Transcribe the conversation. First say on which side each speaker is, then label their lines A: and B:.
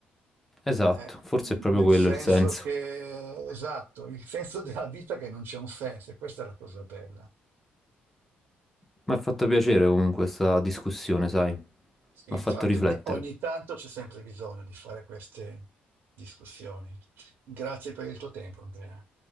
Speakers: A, in the centre; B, on the right (about 70°).
A: Esatto,
B: Eh,
A: forse è proprio
B: nel
A: quello
B: senso
A: il senso.
B: che, esatto, il senso della vita è che non c'è un senso, e questa è la cosa bella.
A: Mi ha fatto piacere comunque questa discussione, sai, mi
B: Sì,
A: ha
B: infatti,
A: fatto riflettere.
B: ogni, ogni tanto c'è sempre bisogno di fare queste discussioni. Grazie per il tuo tempo, Andrea.